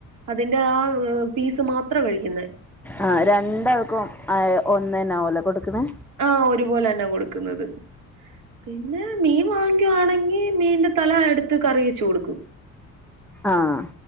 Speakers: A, on the right (about 65°); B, in the centre.
A: അതിന്റെ ആഹ് പീസ് മാത്രാ കഴിക്കുന്നേ
B: ആ രണ്ടാൾക്കും അ ഒന്ന്ന്നലെ കൊടുക്ക്ണേ
A: ഓ ഒരുപോലെന്നാ കൊടുക്കുന്നത് പിന്നെ മീൻ വാങ്ങിക്കുവാണെങ്കിൽ മീന്റെ തല എടുത്ത് കറി വെച്ച് കൊടുക്കും
B: ആഹ്